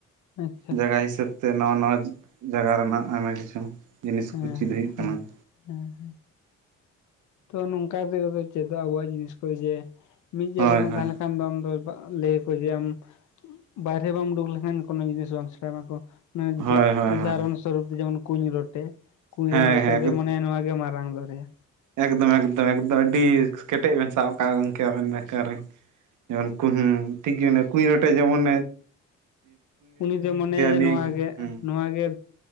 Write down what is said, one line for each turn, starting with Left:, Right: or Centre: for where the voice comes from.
Left: ᱟᱪᱪᱷᱟ
Right: ᱡᱟᱭᱜᱟ ᱦᱤᱥᱟᱹᱵ ᱛᱮ ᱱᱟᱣᱟ ᱱᱟ ᱡᱟᱭᱜᱟ ᱨᱮᱱᱟᱜ ᱟᱭᱢᱟ ᱠᱤᱪᱷᱩ ᱡᱤᱱᱤᱥ
Left: ᱦᱮᱸ
Right: ᱠᱚ ᱪᱮᱫ ᱦᱩᱭᱩᱜ ᱠᱟᱱᱟᱹ ᱾
Left: ᱦᱮᱸ ᱦᱮᱸ ᱛᱚ ᱱᱚᱝᱠᱟ ᱛ ᱪᱮᱫᱚᱜ ᱟᱵᱚᱣᱟᱜ ᱡᱤᱱᱤᱥ ᱠᱚ ᱡᱮ ᱢᱤᱫ ᱡᱟᱭᱜᱟ
Right: ᱦᱳᱭ
Left: ᱨᱮᱢ
Right: ᱦᱳᱭ
Left: ᱛᱟᱸᱦᱞᱮ ᱠᱷᱟᱱ ᱫᱚ ᱟᱢ ᱞᱟᱹ ᱟᱠᱚ ᱡᱮ ᱟᱢ ᱵᱟᱦᱨᱮ ᱵᱟᱢ ᱩᱰᱩᱠ ᱞᱮᱠᱷᱟᱱ ᱠᱳᱱᱳ ᱡᱤᱱᱤᱥ ᱵᱟᱢ ᱥᱮᱬᱟᱭᱢᱟᱠᱚ
Right: ᱦᱳᱭ
Left: ᱡᱮ
Right: ᱦᱳᱭ
Left: ᱩᱫᱟᱦᱚᱨᱚᱱ
Right: ᱦᱳᱭ
Left: ᱥᱚᱨᱚᱨᱩᱯ ᱡᱮᱢᱚᱱ ᱠᱩᱧᱤ ᱨᱚᱴᱮ ᱠᱩᱸᱧ
Right: ᱦᱮᱸ
Left: ᱨᱮᱱ ᱨᱚᱴᱮᱡ
Right: ᱦᱮᱸ
Left: ᱫᱚ ᱢᱟᱱᱮᱭᱟ ᱱᱚᱣᱟᱣᱟᱜ ᱜᱮ ᱢᱟᱨᱟᱝ ᱫᱚᱦᱭᱟ᱾
Right: ᱮᱠᱫᱚᱢ ᱮᱠᱫᱚᱢ ᱮᱠᱫᱚᱢ ᱟᱹᱰᱤ ᱠᱮᱴᱮᱡ ᱵᱮᱱ ᱥᱟᱵ ᱠᱟᱜᱼᱟ ᱜᱚᱢᱠᱮ ᱟᱵᱮᱱ ᱫᱟᱠᱟᱨᱮ ᱡᱮᱢᱚᱱ ᱠᱩᱦᱩᱸ ᱴᱷᱤᱠ ᱜᱮᱭᱟ ᱚᱱᱮ ᱠᱩᱸᱧᱤ ᱨᱴᱮᱡ ᱡᱮᱢᱚᱱ᱾
Left: ᱩᱱᱤ ᱫᱚ ᱢᱚᱱᱮᱭᱟ ᱡᱮ
Right: ᱱᱤᱭᱟᱹ
Left: ᱱᱚᱣᱟᱜ ᱜᱮ
Right: ᱦᱮᱸ
Left: ᱱᱚᱣᱟᱜ ᱜᱮ